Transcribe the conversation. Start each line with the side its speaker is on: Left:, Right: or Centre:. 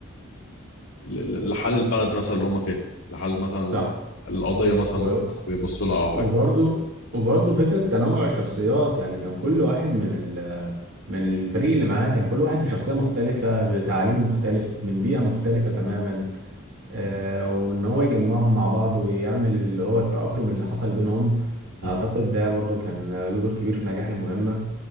Left: ل- ل- لحال البلد مثلا اللي هم فيها لحال مثلا
Right: صح
Left: القضية مثلا
Right: و...
Left: اللي هم كانوا بيبصوا لها أو حاجة
Right: وبرضو وبرضو فكرة تنوع الشخصيات يعني كان كل واحد من ال... من الفريق اللي معاه كان كل واحد بشخصية مختلفة بتعليم مختلف من بيئة مختلفة تماما آه وإن هو يجمعهم مع بعض ويعمل اللي هو التأقلم اللي حصل بينهم أعتقد
Left: مم.
Right: ده برضو كان له دور كبير في نجاح المهمة